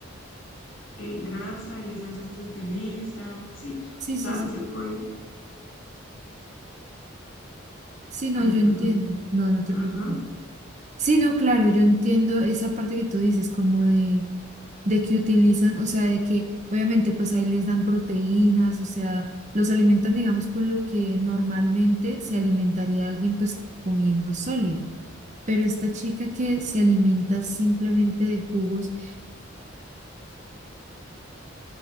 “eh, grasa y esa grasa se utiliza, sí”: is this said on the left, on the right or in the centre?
Left